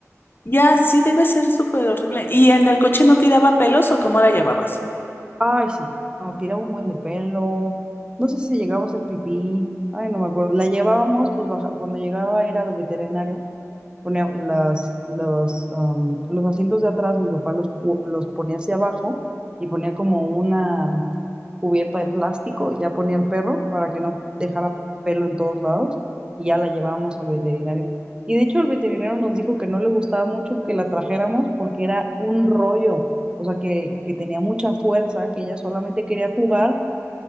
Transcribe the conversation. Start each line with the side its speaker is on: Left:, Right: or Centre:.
Left: Ya, sí, debe ser súper horrible. ¿Y en el coche no tiraba pelos o cómo la llevabas?
Right: Ay, sí, no, tiraba un buen de pelo, no sé si llegaba a hacer pipí, ay, no me acuerdo, la llevábamos, pues baja, cuando llegaba a ir al veterinario, ponía las, los, am, los asientos de atrás, mi papá los, cu- los ponía hacia abajo y ponía como una cubierta de plástico, ya ponía al perro para que no dejara pelo en todos lados y ya la llevábamos al veterinario. Y de hecho el veterinario nos dijo que no le gustaba mucho que la trajéramos porque era un rollo, o sea, que, que tenía mucha fuerza, que ella solamente quería jugar